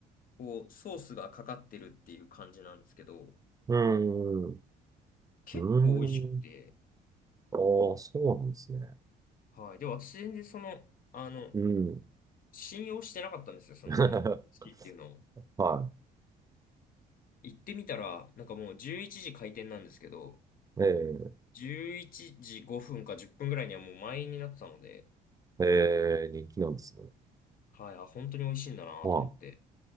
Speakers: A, on the left (about 55°); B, on the right (about 20°).
A: こう、ソースがかかってるっていう感じなんですけど、
B: うん、うん。
A: 結構美味しくて、
B: うーん。ああ、そうなんですね。
A: はい。で、私全然その、あの、
B: うん。
A: 信用してなかったんですよ、その、
B: <laughs>
A: シーっていうのを。
B: は
A: 行ってみたら、なんかもう11時開店なんですけど、
B: い。え
A: 11時5分か10分ぐらいにはもう満員になってたので、
B: え、ええ、人気なんですね。
A: はい、あ、本当に美味しいんだなと思って、
B: は